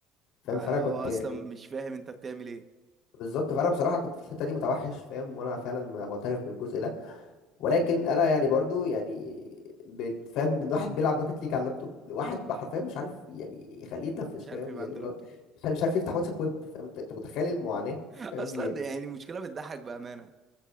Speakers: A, on the left (about 70°); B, on the right (about 30°).
A: فاهم
B: أنا
A: فانا كنت
B: هو اصلا
A: يعني
B: مش فاهم انت بتعمل ايه
A: بالظبط فانا بصراحه كنت في الحته دي متوحش فاهم وانا فعلا معترف بالجزء ده ولكن انا يعني برضو يعني بتفهم من واحد بيلعب روكيت ليج على اللابتوب لواحد حرفيا مش عارف يعني يخليه يتنفس
B: مش
A: فاهم
B: عارف يبقى
A: يعني
B: عنده
A: لو
B: لابتوب
A: مش عارف يفتح واتساب ويب فاهم انت انت متخيل المعاناه
B: <laughs>
A: فاهم
B: اصلا
A: يعني
B: يعني مشكلة بتضحك بأمانة